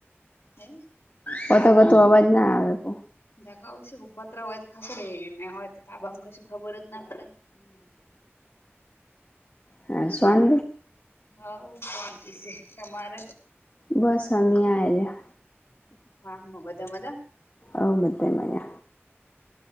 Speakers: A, on the left; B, on the left.
A: હે
B: પો તો ગું અવાજ ના આવે.
A: દાખા શ પત્ર હોય ખાકડી હોય તાબામ ક શુ ખબર જ ના કરે.
B: હ શવાં
A: હઉ શાંતિ છે, તમારે?
B: બસ હી આ રહ્યા.
A: હા હા બધા બધા?
B: અ મધ માજ.